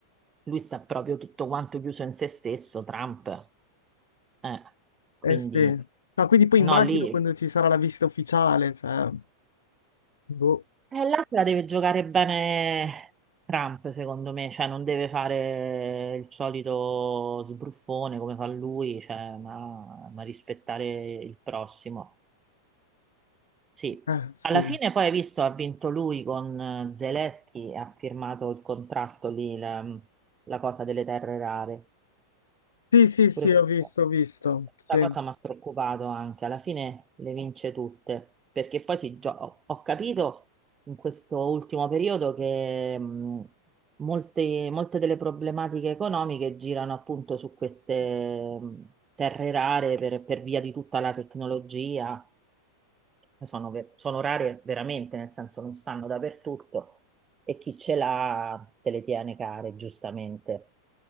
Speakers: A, on the right; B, on the left.
A: lui sta proprio tutto quanto chiuso in se stesso, Trump. Eh, quindi,
B: eh sì. No, quindi poi
A: no,
B: immagino
A: lì.
B: quando ci sarà la visita ufficiale, cioè, boh,
A: Eh, là se la deve giocare bene Trump, secondo me, cioè non deve fare il solito sbruffone come fa lui, cioè, ma, ma rispettare il prossimo. Sì,
B: eh sì.
A: alla fine poi hai visto, ha vinto lui con eh, Zelensky, e ha firmato il contratto lì, la, la cosa delle terre rare.
B: Sì, sì, sì,
A: Pure questa
B: ho visto, ho visto, sì,
A: questa cosa mi ha preoccupato anche, alla fine le vince tutte, perché poi si gio- ho ho capito in questo ultimo periodo che mh, molte, molte delle problematiche economiche girano appunto su queste mh, terre rare per, per via di tutta la tecnologia, sono, ve- sono rare veramente, nel senso non stanno dappertutto e chi ce l'ha se le tiene care, giustamente.